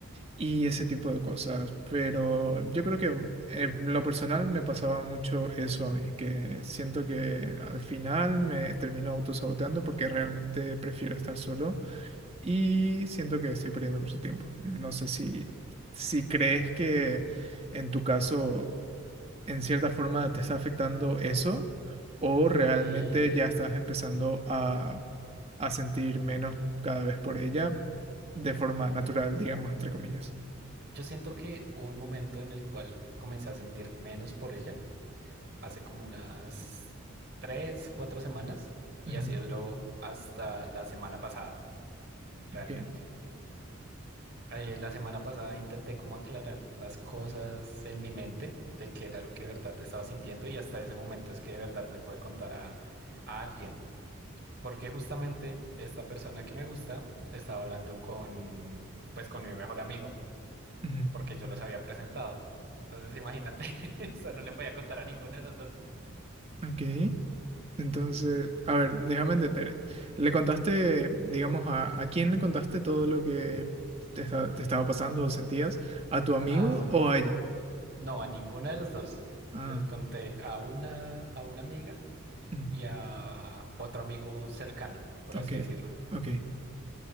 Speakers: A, on the right; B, on the right.
A: y ese tipo de cosas. Pero yo creo que mm, en lo personal me pasaba mucho eso a mí, que siento que al final me termino autosaboteando porque realmente prefiero estar solo y siento que estoy perdiendo mucho tiempo. No sé si, si crees que en tu caso, en cierta forma, te está afectando eso o realmente
B: Y
A: ya estás empezando a, a sentir menos cada vez por ella de forma natural, digamos, entre comillas.
B: yo siento que hubo un momento en el cual comencé a sentir menos por ella hace como unas tres, cuatro semanas y
A: Ujú.
B: así duró hasta la semana pasada, realmente.
A: Ok.
B: Eh, la semana pasada intenté como aclarar las cosas en mi mente de qué era lo que de verdad estaba sintiendo y hasta ese momento es que de verdad le pude contar a, a alguien. Porque justamente esta persona que me gusta estaba hablando con, pues con mi mejor amigo,
A: ujú,
B: porque yo los había presentado. Entonces imagínate, <laughs> eso no le podía contar a ninguno de los dos.
A: Ok. Entonces, a ver, déjame entender. ¿Le contaste, digamos, a, a quién le contaste todo lo que te, esta- te estaba pasando o sentías? ¿A tu amigo
B: Ah,
A: o a ella?
B: No, a ninguna de las dos.
A: Ah,
B: Les conté a una, a una amiga
A: ujú,
B: y a otro amigo cercano, por
A: ok,
B: así decirlo.
A: ok.